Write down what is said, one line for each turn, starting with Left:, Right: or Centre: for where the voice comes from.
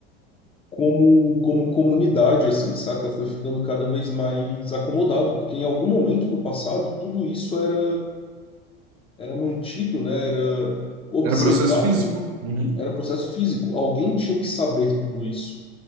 Left: como, como comunidade, assim, saca, foi ficando cada vez mais acomodado, porque em algum momento do passado tudo isso era, era mantido, né, era observado,
Right: Era processo físico. Uhum,
Left: era processo físico. Alguém tinha que saber tudo isso,